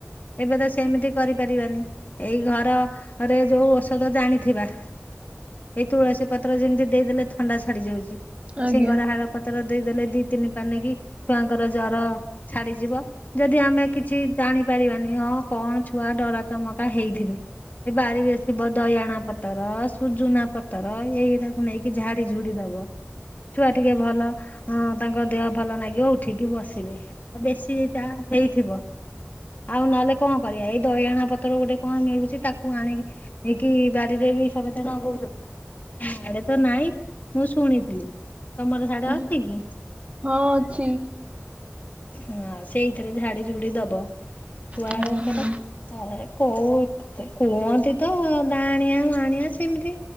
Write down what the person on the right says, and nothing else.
ଆଜ୍ଞା
ଆଜ୍ଞା
ହଁ ଅଛି।
ହୁଁ ହୁଁ।